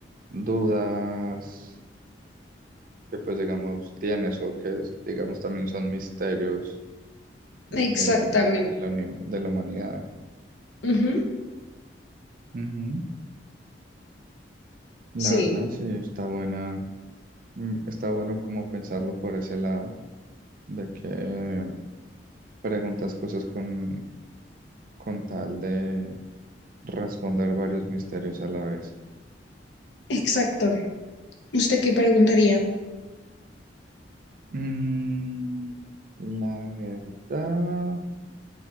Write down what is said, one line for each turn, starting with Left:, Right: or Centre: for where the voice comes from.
Right: dudas que, pues, digamos, tienes o que, digamos, también son misterios de,
Left: Exactamente.
Right: de la, uni- de la humanidad.
Left: Ujú,
Right: Ujú. La
Left: sí,
Right: verdad, sí, está buena, mm, está bueno como pensarlo por ese lado, de que eh, preguntas cosas con, con tal de responder varios misterios a la vez.
Left: exacto. ¿Usted qué preguntaría
Right: Mm, La verdad,